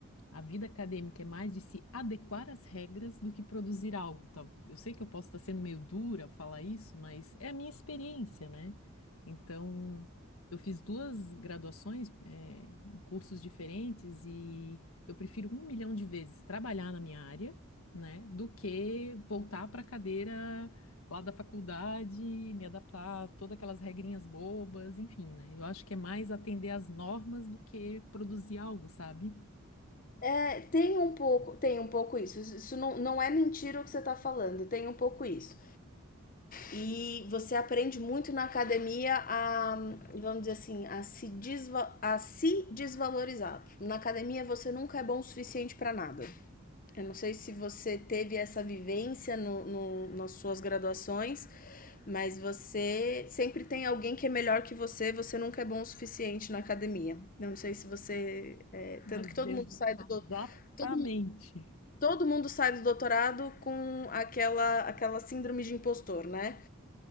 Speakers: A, on the left (about 75°); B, on the left (about 40°).
A: a vida acadêmica é mais de se adequar às regras do que produzir algo. tá? Eu sei que eu posso estar sendo meio dura ao falar isso, mas é a minha experiência, né? Então, eu fiz duas graduações, eh, em cursos diferentes e eu prefiro um milhão de vezes trabalhar na minha área, né, do que voltar para a cadeira lá da faculdade, me adaptar a todas aquelas regrinhas bobas, enfim, né? Eu acho que é mais atender às normas do que produzir algo, sabe?
B: É, tem um pouco, tem um pouco isso. Isso isso não, não é mentira o que você está falando, tem um pouco isso. E você aprende muito na academia a, vamos dizer assim, a se, desva a se desvalorizar. Na academia você nunca é bom o suficiente para nada. Eu não sei se você teve essa vivência no, no- nas suas graduações, mas você sempre tem alguém que é melhor que você, você nunca é bom o suficiente na academia. Eu não sei se você. é,
A: Mas
B: tanto que todo mundo sai do,
A: exatamente.
B: todo Todo mundo sai do doutorado com aquela aquela síndrome de impostor, né.